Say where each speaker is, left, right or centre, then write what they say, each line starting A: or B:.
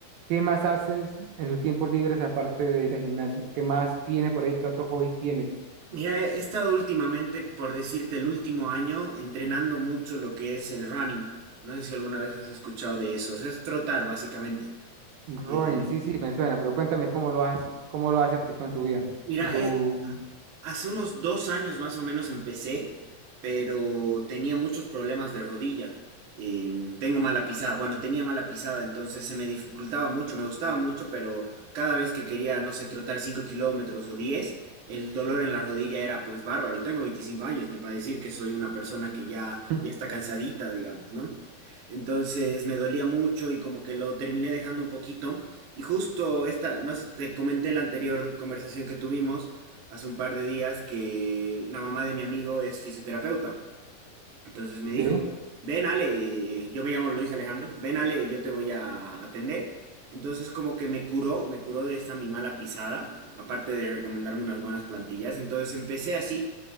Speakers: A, on the right; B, on the right.
A: ¿qué más haces en sus tiempos libres aparte de ir al gimnasio? ¿Qué más tienes por ahí? ¿Qué otros hobbies tienes?
B: Mira, he he estado últimamente, por decirte, el último año entrenando mucho lo que es el running. No sé si alguna vez has escuchado de eso, o sea, es trotar básicamente.
A: Ronin,
B: Eh,
A: sí, sí, me suena, pero cuéntame cómo lo hace, cómo lo hace aplicó en su vida.
B: mira,
A: En su...
B: he, Hace unos dos años más o menos empecé, pero tenía muchos problemas de rodilla. Eh, tengo mala pisada, bueno, tenía mala pisada, entonces se me dificultaba mucho, me gustaba mucho, pero cada vez que quería, no sé, trotar 5 kilómetros o 10, el dolor en la rodilla era pues bárbaro. Y tengo 25 años, ni para decir que soy una persona que ya,
A: <clears throat>
B: ya está
A: <laughs>
B: cansadita, digamos, ¿no? Entonces me dolía mucho y como que lo terminé dejando un poquito. Y justo esta, no sé, te comenté en la anterior conversación que tuvimos hace un par de días que la mamá de mi amigo es fisioterapeuta. Entonces me dijo,
A: Sí.
B: ven Ale, eh, yo me llamo Luis Alejandro, ven Ale, yo te voy a atender. Entonces como que me curó, me curó de esta mi mala pisada, aparte de recomendarme unas buenas plantillas. Entonces empecé así,